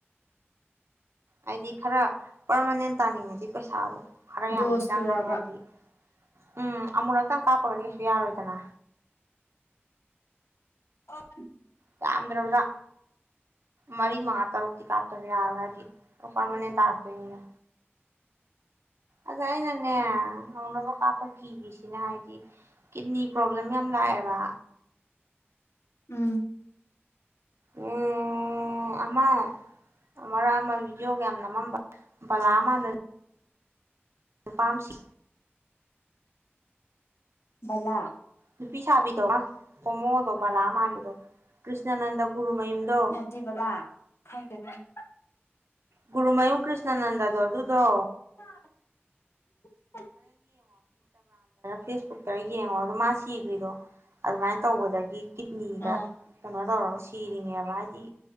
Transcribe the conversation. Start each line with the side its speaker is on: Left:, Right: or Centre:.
Right: ꯍꯥꯏꯗꯤ ꯈꯔ ꯄꯔꯃꯥꯅꯦꯟ ꯇꯥꯅꯤꯡꯉꯗꯤ ꯄꯩꯁꯥꯗꯣ ꯈꯔ ꯌꯥꯝꯗꯤ
Left: ꯗꯣꯁꯇꯨꯔꯕ
Right: ꯆꯪꯉꯅꯤ ꯍꯥꯏꯗꯤ ꯎꯝ ꯑꯃꯨꯔꯛꯇꯪ ꯀꯥꯞꯄꯒꯗꯤ ꯀꯩ ꯌꯥꯔꯣꯏꯗꯅ
Left: ꯑꯣ
Right: ꯆꯥꯝꯗ꯭ꯔꯕꯗ ꯃꯔꯤ ꯃꯥ ꯇꯔꯨꯛꯇꯤ ꯀꯥꯞꯇꯕ ꯌꯥꯔ ꯍꯥꯏꯗꯤ ꯄꯔꯃꯅꯦꯟ ꯇꯥꯔꯛꯇꯣꯏꯅꯤꯅ ꯑꯗꯥꯏ ꯅꯅꯦꯦ ꯅꯅ ꯑꯄꯥꯛꯞꯄ ꯀꯤꯔꯤꯁꯤꯅ ꯍꯥꯏꯕꯗꯤ ꯀꯤꯗꯅꯤ ꯄ꯭ꯔꯣꯕ꯭ꯂꯦꯝ ꯌꯥꯝ ꯂꯥꯛꯑꯦꯕ
Left: ꯎꯝ
Right: ꯎꯝ ꯑꯃ ꯑꯃꯛ ꯑꯃ ꯚꯤꯗꯤꯑꯣꯒ ꯌꯥꯝ ꯅꯝꯃꯝꯕ ꯕꯂꯥ ꯃꯥꯟꯅ ꯑꯗꯨ ꯄꯥꯝꯁꯤ
Left: ꯂ
Right: ꯅꯨꯄꯤ ꯁꯥꯕꯤꯗꯣ ꯀꯣꯃꯣꯗꯣ ꯕꯂꯥ ꯃꯥꯟꯕꯗꯣ ꯀ꯭ꯁꯅꯅꯟꯗ ꯒꯔꯃꯌꯨꯝꯗꯣ
Left: ꯃꯣꯇꯤ ꯕꯂꯥ ꯈꯪꯗꯦ ꯈꯪꯗꯦ
Right: ꯒꯨꯔꯨꯃꯌꯨꯝ ꯀ꯭ꯁꯅꯅꯟꯗꯗꯣ ꯑꯗꯨ ꯑꯗꯨꯗꯣ
Left: <inaudible>
Right: ꯐꯦꯁꯕꯨꯛꯇ ꯌꯦꯡꯉꯣ ꯑꯗꯣ ꯃꯥ ꯁꯤꯈ꯭ꯔꯤꯗꯣ ꯑꯗꯨꯃꯥꯏꯅ ꯇꯧꯕꯗꯒꯤ ꯀꯤꯗꯅꯤꯗ
Left: ꯑꯥ
Right: ꯀꯩꯅꯣ ꯇꯧꯔꯒ ꯁꯤꯔꯤꯉꯦꯕ ꯍꯥꯏꯗꯤ